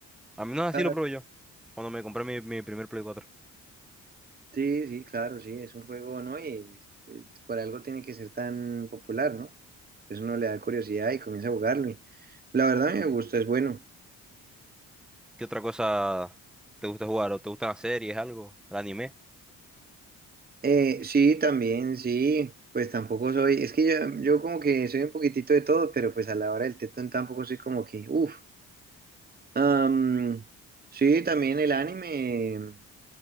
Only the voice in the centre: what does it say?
A mí no así
lo probé yo, cuando me compré mi, mi primer Play cuatro
¿Qué otra cosa te gusta jugar? ¿O te gustan las series, algo? ¿El anime?